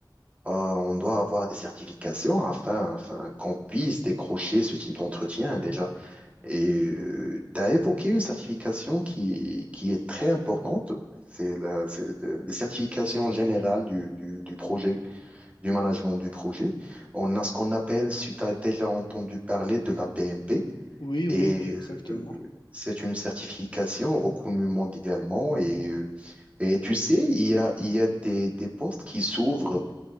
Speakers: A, on the right; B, on the left.
A: euh, on doit avoir des certifications afin, afin qu'on puisse décrocher ce type d'entretien déjà. Et tu as évoqué une certification qui, qui est très importante. C'est la, c'est, euh, les certifications générales du, du, du projet, du management du projet. On a ce qu'on appelle, si tu as déjà entendu parler de la PMP,
B: Oui oui
A: et
B: oui exactement.
A: euh, c'est une certification reconnue mondialement. Et, euh, et tu sais, il y a, il y a des, des postes qui s'ouvrent